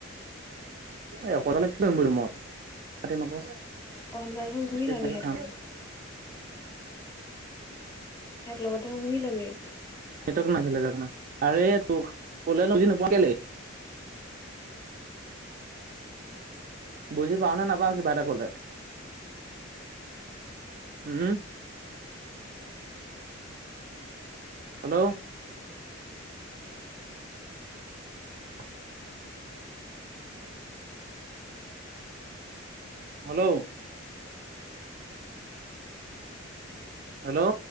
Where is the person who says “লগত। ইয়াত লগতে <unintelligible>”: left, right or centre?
Left